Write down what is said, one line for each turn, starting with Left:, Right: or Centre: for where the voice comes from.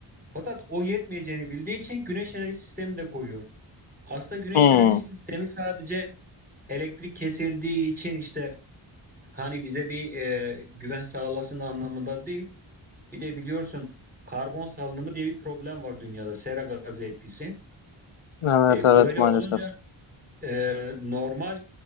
Right: Fakat o yetmeyeceğini bildiği için güneş enerji sistemini de koyuyor. Aslında güneş
Left: hı.
Right: enerji sistemi sadece elektrik kesildiği için işte hani bize bir e, güven sağlasın anlamında değil. Bir de biliyorsun karbon salınımı diye bir problem var dünyada sera gazı etkisi.
Left: Evet
Right: E,
Left: evet
Right: böyle
Left: maalesef.
Right: olunca e, normal